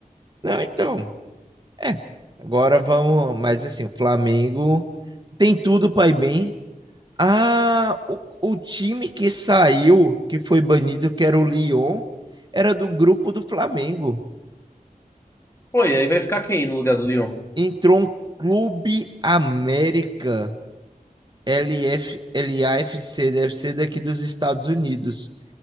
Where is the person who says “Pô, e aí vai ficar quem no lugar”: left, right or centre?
Left